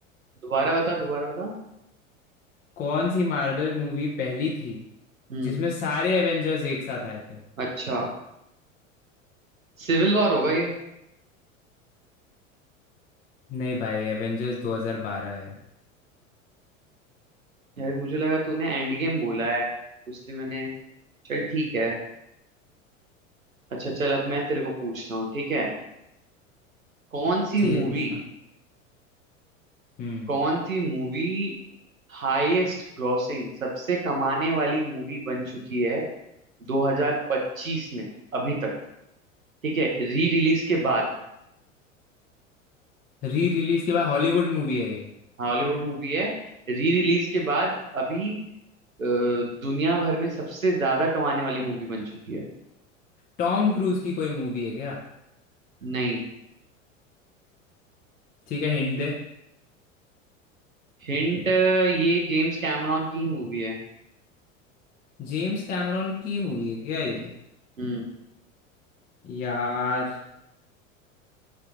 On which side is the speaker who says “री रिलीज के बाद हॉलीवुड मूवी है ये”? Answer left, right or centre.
Left